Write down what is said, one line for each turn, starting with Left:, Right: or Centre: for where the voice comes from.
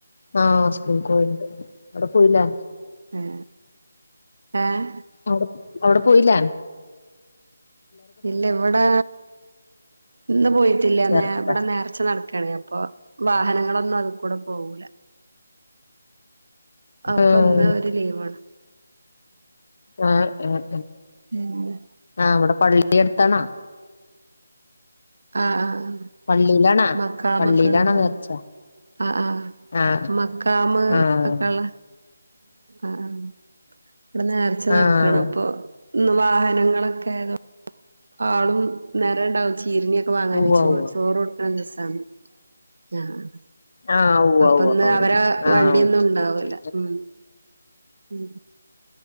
Left: ആഹ് സ്കൂളിക്ക് പോയിട്ട്ണ്ട് അവിടെ പോയില്ലേ?
Right: ഉം ഏഹ്
Left: അടെ അവിടെ പോയില്ലാൻ
Right: ഇല്ല ഇവിടെ ഇന്ന് പോയിട്ടില്ല
Left: ചെറുതാ
Right: നേ ഇവിടെ നേർച്ച നടക്കണ അപ്പൊ വാഹനങ്ങളൊന്നും അതി കൂടെ പോവൂല അപ്പന്ന
Left: ആഹ്
Right: ഒരു ലീവാണ്
Left: ആഹ് ആഹ്
Right: പിന്നെ
Left: ആഹ് ഇവിടെ പള്ളി അടുത്താണാ
Right: ആഹ് ആഹ്
Left: പള്ളിയിലാണാ
Right: മക്കാമക്കള്ളതാ
Left: പള്ളിയിലാണോ നേർച്ച
Right: ആഹ് ആഹ്
Left: ആഹ്
Right: മക്കാമ
Left: ആഹ്
Right: ഒക്കെള്ള ആഹ് ഇവിടെ നേർച്ച നടക്കണം
Left: ആഹ്
Right: അപ്പൊ വാഹനങ്ങളൊക്കെ ആതോ ആളും നേരം ഉണ്ടാവും ചീരണയൊക്കെ വാങ്ങാന
Left: ഉവ്വ
Right: ചോറ്
Left: ഉവ്വ
Right: ചോറ് നല്ല രസാണ് ആഹ് ആഹ്
Left: ആഹ് ഉവ്വ
Right: അപ്പൊന്ന്
Left: ഉവ്വ
Right: അവരെ
Left: ആഹ്
Right: വണ്ടിയൊന്നും
Left: ഓക്കെ
Right: ഉണ്ടാവൂല
Left: ഓക്കെ
Right: ഉം ഉം